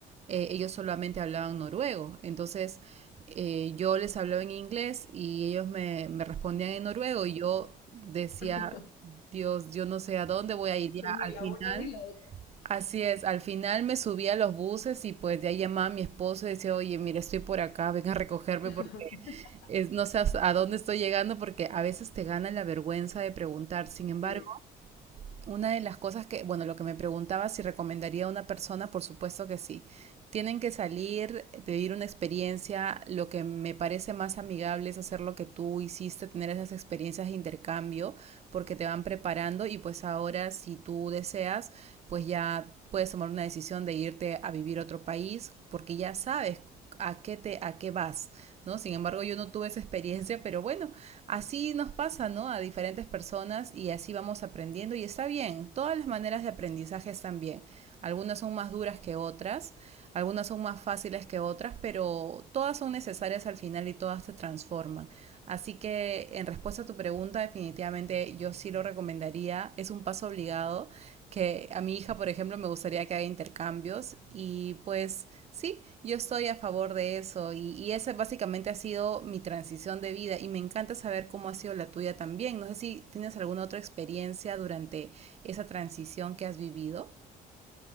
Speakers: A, on the right; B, on the left.
A: eh, ellos solamente hablaban noruego. Entonces, eh, yo les hablaba en inglés y ellos me, me respondían en noruego y yo decía,
B: <laughs>
A: Dios, yo no sé a dónde voy a ir ya
B: Ni
A: al
B: la
A: final.
B: una ni la otra.
A: Así es, al final me subí a los buses y pues de ahí llamaba a mi esposo y decía, oye, mira, estoy por acá, ven a recogerme
B: <laughs>
A: porque es- no sé a dónde estoy llegando porque a veces te gana la vergüenza de preguntar. Sin embargo,
B: Sí.
A: una de las cosas que, bueno, lo que me preguntaba si recomendaría a una persona, por supuesto que sí tienen que salir, vivir una experiencia. Lo que me parece más amigable es hacer lo que tú hiciste, tener esas experiencias de intercambio, porque te van preparando y pues ahora si tú deseas, pues ya puedes tomar una decisión de irte a vivir a otro país, porque ya sabes a qué te a qué vas, ¿no? Sin embargo, yo no tuve esa experiencia, pero bueno, así nos pasa, ¿no? A diferentes personas y así vamos aprendiendo y está bien. Todas las maneras de aprendizaje están bien. Algunas son más duras que otras, algunas son más fáciles que otras, pero todas son necesarias al final y todas te transforman. Así que en respuesta a tu pregunta, definitivamente yo sí lo recomendaría. Es un paso obligado que a mi hija, por ejemplo, me gustaría que haga intercambios y pues sí, yo estoy a favor de eso y, y esa básicamente ha sido mi transición de vida y me encanta saber cómo ha sido la tuya también. No sé si tienes alguna otra experiencia durante esa transición que has vivido.